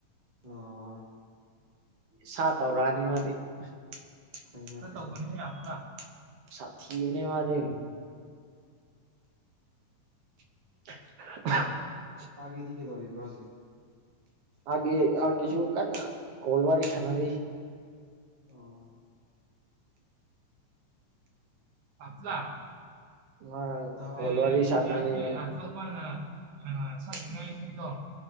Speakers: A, on the right; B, on the right.
A: ꯑꯣ
B: ꯁꯥ ꯇꯧꯔꯛꯑꯅꯤ ꯃꯥꯗꯤ <unintelligible>
A: ꯐꯩꯅꯦ ꯐꯩꯅꯦ
B: ꯁꯥꯊꯤꯕꯅꯦ ꯃꯥꯗꯤ <unintelligible>
A: ꯑꯥꯒꯤꯗꯤ ꯀꯩꯗꯧꯔꯤꯕ꯭ꯔꯣ ꯍꯧꯖꯤꯛ
B: ꯑꯒ‌ꯦ ꯑꯒ‌ꯦꯒꯤꯁꯨ ꯀꯟꯅ ꯀꯣꯜ ꯋꯥꯔꯤ ꯁꯥꯅꯔꯤ
A: ꯑꯣ
B: <unintelligible> ꯉꯔꯥꯡ
A: ꯍꯥꯎ
B: ꯀꯣꯜ ꯋꯥꯔꯤ ꯁ <unintelligible>